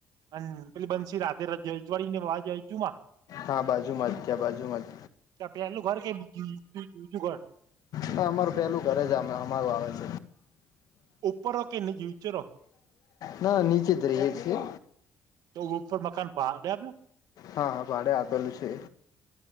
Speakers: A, on the right; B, on the left.
A: અન પેલી બનસી રાત્રે રાત રજવાડી ને વાય જઈ જુ માં
B: હા બાજુમાં જ ત્યાં બાજુમાં જ
A: તો પેલું ઘર કે બીજું ઘર
B: ના અમારું પેલું ઘર જ અ અમારું આવે છે.
A: ઉપર રો કે નીચે રો.
B: ના નીચે જ રહીએે છીએ.
A: તો ઉપર મકાન ભાડે આપયુ.
B: હા ભાડે આપેલું છે.